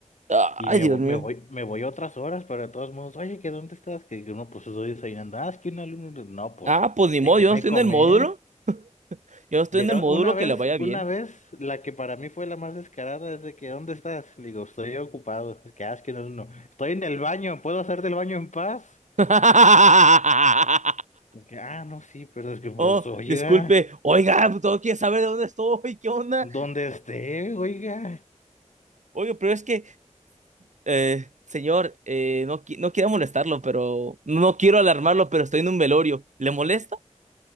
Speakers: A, on the right (about 70°); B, on the left (about 75°).
A: Ay,
B: Y me,
A: Dios
B: vo-
A: mío.
B: me voy, me voy otras horas, pero de todos modos, oye, ¿que dónde estás? Que uno, pues estoy desayunando. Ah, es que un alumno, no, pues
A: Ah, pues ni
B: déjenme
A: modo, yo no estoy
B: comer.
A: en el módulo. Yo no estoy
B: Ya
A: en el módulo
B: una vez,
A: que le vaya bien.
B: una vez, la que para mí fue la más descarada es de que, ¿dónde estás? Le digo, estoy ocupado. Es que, ah, es que no, no. no, Estoy en el baño, ¿puedo hacerte el baño en paz?
A: <laughs>
B: Es que, ah, no, sí, pero es que, pues,
A: Oh,
B: oiga,
A: disculpe. Oiga, todo quiere saber de dónde estoy, ¿qué onda?
B: dónde esté, oiga.
A: Oye, pero es que, eh, señor, eh, no, qui- no quiero molestarlo, pero no quiero alarmarlo, pero estoy en un velorio. ¿Le molesta?